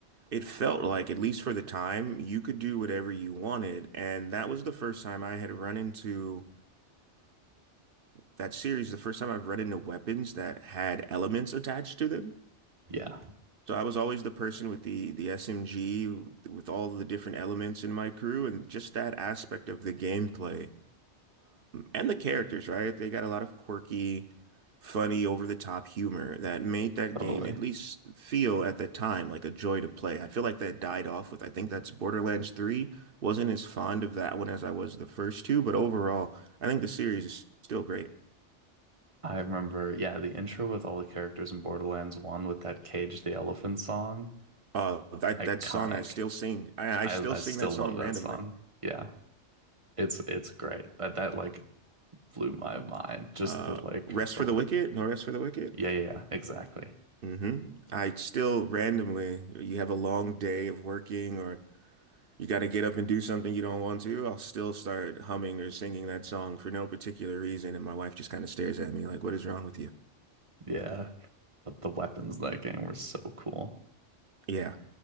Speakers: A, on the right; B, on the right.
A: It felt like, at least for the time, you could do whatever you wanted. And that was the first time I had run into that series, the first time I've run into weapons that had elements attached to them.
B: Yeah.
A: So I was always the person with the the SMG with all the different elements in my crew, and just that aspect of the gameplay and the characters, right? They got a lot of quirky, funny, over-the-top humor that made that
B: Totally.
A: game at least feel at the time like a joy to play. I feel like that died off with, I think that's Borderlands 3. Wasn't as fond of that one as I was the first two, but overall, I think the series is still great.
B: I remember, yeah, the intro with all the characters in Borderlands 1 with that Cage the Elephant song.
A: Uh, that
B: Iconic.
A: that song I still sing. I,
B: I
A: I still
B: I
A: sing
B: still
A: that song
B: love that
A: randomly.
B: song. Yeah. It's it's great. That that like blew my mind. Just
A: Uh,
B: the like
A: Rest
B: the
A: for the Wicked, no rest for the wicked.
B: yeah, yeah, yeah, exactly.
A: hmm I still randomly, you have a long day of working or you got to get up and do something you don't want to, I'll still start humming or singing that song for no particular reason. And my wife just kind of stares at me like, what is wrong with you?
B: Yeah. But the weapons in that game were so cool.
A: Yeah.